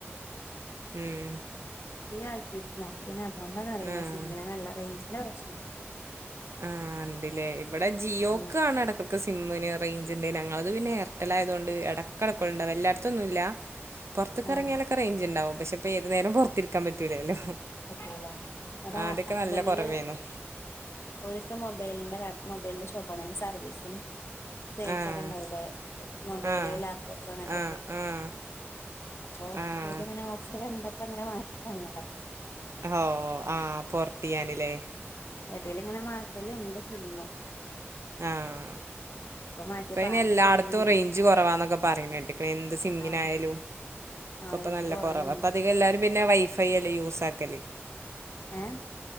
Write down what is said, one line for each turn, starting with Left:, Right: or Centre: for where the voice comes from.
Right: ഉം
Left: ആക്കിക്കുണു അപ്പപിന്നെ അതൊണ്ടാന്നറിയില്ല
Right: ആഹ്
Left: സിമ്മിന് നല്ല റേഞ്ചിന്റെ പ്രശ്നമുണ്ട്
Right: ആ ഇണ്ട്ലേ ഇവിടെ ജിയോക്കാണ്
Left: ഉം
Right: ഇടക്കൊക്കെ സിമ്മിന് റേഞ്ച്ന്റെ ഞങ്ങള് ഇത്പിന്നെ എയർടെൽ ആയത്കൊണ്ട് ഇടക്കെടക്കുണ്ട് എല്ലായിടത്തൊന്നുല്ല പൊറത്ത്ക്കെറങ്ങിയാലൊക്കെ
Left: ആഹ്
Right: റേഞ്ച്ണ്ടാവും പക്ഷെ ഇപ്പ ഏത് നേരവും പൊറത്തിരിക്കാൻ പറ്റൂലല്ലോ
Left: പറ്റൂല ഇങ്ങടാ
Right: ആദ്യൊക്കെ
Left: ഹസ്ബന്റിന്
Right: നല്ല കുറവേന്നു
Left: ഒരിക്ക മൊബൈലിന്റെ മൊബൈലിന്റെ ഷോപ്പാണ് അയിന്റെ സർവ്വീസും സെയിൽസൊക്കെ
Right: ആഹ്
Left: ഉണ്ടാവൂലേ മൊബൈല്
Right: ആഹ്
Left: ലാപ്ടോപ്പ് അങ്ങനത്തൊക്കെ
Right: ആഹ് ആഹ്
Left: അപ്പൊ
Right: ആഹ്
Left: ഓരിങ്ങനെ ഓഫർ കണ്ടപ്പോ ഇങ്ങനെ വാങ്ങിത്തന്നതാ
Right: ഓഹ് ആഹ് പോർട്ടെയ്യാന്ലേ
Left: എടേലിങ്ങനെ മാറ്റലും ഇതെക്ക്ടണം
Right: ആഹ്
Left: മാറ്റിയപ്പോ
Right: ഇപ്പയിന്
Left: ആകെ
Right: എല്ലാടത്തും
Left: കുടുങ്ങി ചെയ്തു
Right: റേഞ്ച് കുറവാന്നൊക്കെ പറയണകേട്ട്ക്ക്ണ് എന്ത്‌ സിമ്മിനായാലും
Left: ആഹ് ആഹ്
Right: ക്കൊപ്പ
Left: റേഞ്ച്
Right: നല്ല
Left: കൊറവുണ്ട്
Right: കുറവാ ഇപ്പ അധികം എല്ലാരും പിന്നെ വൈഫൈയല്ലേ യൂസാക്ക്ണ്
Left: ഏ